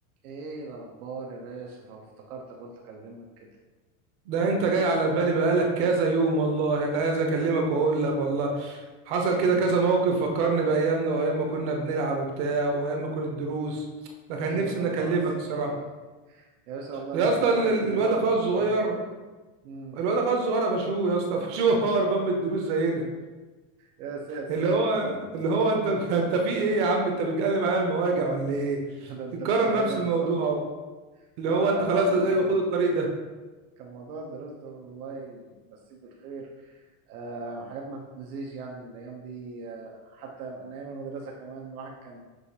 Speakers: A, on the right; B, on the right.
A: ايه الاخبار يا باشا فافتكرتك قلت اكلمك كده
B: ده انت جاي على بالي بقالك كذا يوم والله انا عايز اكلمك واقول لك والله حصل كده
A: مم.
B: كذا موقف فكرني بايامنا وايام ما كنا بنلعب وبتاع وايام ما كانت دروس فكان
A: ايه
B: نفسي
A: بقى
B: اني
A: اللي
B: اكلمك
A: حصل
B: الصراحه
A: <laughs> يا باشا والله
B: يا
A: انا
B: اسطى
A: في
B: ال-
A: حاجات
B: ال-
A: كتير
B: الواد
A: الواحد
B: اخويا
A: بيفتكرها
B: الصغير
A: كده مم.
B: الواد اخويا الصغير قفشوه يا اسطى قفشوه <laughs> هو هربان من الدروس زينا
A: يا ساتر
B: اللي هو اللي هو انت انت انت في ايه يا عم انت بتقلب على المواجع ولا ايه
A: <laughs> ده انت
B: بتكرر
A: ماشي زينا
B: نفس
A: بالظبط
B: الموضوع اهو اللي
A: اه
B: هو
A: لا
B: انت
A: الواحد
B: خلاص
A: برضو
B: ايوه
A: كان
B: خد الطريق ده
A: كان موضوع الدراسة ده الله يمسيك بالخير آه حاجات ما تتنسيش يعني الايام دي آه حتى من ايام المدرسة كمان الواحد كان